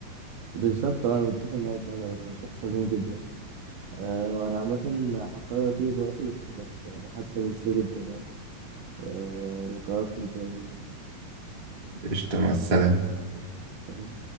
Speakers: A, on the right; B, on the right.
A: بالظبط أه أنا متفق معاك يعني هو كان شخص عظيم جدا أه وأنا عامة هضطر أطير دلوقتي بس كانت محادثة لذيذة جدا يعني أه نكررها في يوم تاني
B: قشطة مع السلامة
A: سلام.